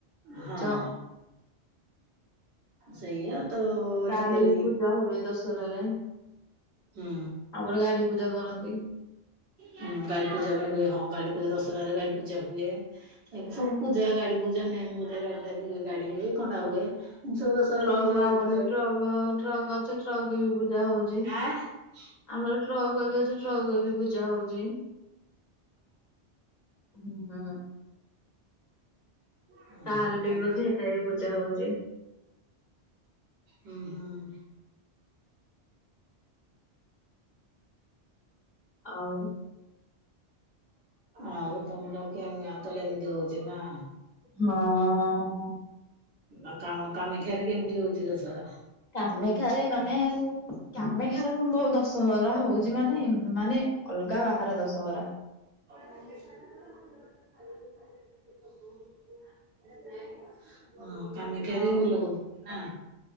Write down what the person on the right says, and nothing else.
ହଁ
ସେଇଆ ତ ଆଜିକାଲି
ହୁଁ।
ହୁଁ ଗାଡି ପୂଜା ବି ହୁଏ। ହଁ ଗାଡି ପୂଜା ଦଶହରାରେ ଗାଡି ପୂଜା ହୁଏ ଏମତି ସବୁ ପୂଜା ଗାଡି ପୁଜା ମେନ୍ ପୁଜା ଗାଡି ଟା ବି ହୁଏ ଗାଡି ହୁଏ କଣ୍ଟା ହୁଏ। ସବୁ ଦଶହରାରେ
ପୂଜା ଗାଡି
ପୂଜା
ଆଁ
ହଁ
ହଁ ତାହେଲେ
ହୁଁ ହୁଁ।
ଆଉ ତମର କେମ ଆ କହିଲେ ଏମିତି ହୋଉଛି ନା?
ଆଉ କା କାମେଖ୍ୟରେ କେମିତି ହେଉଛି ଦଶହରା?
<inaudible> ହଁ କାମାକ୍ଷାରେବି
ଭଲ କରୁଛନ୍ତି ନା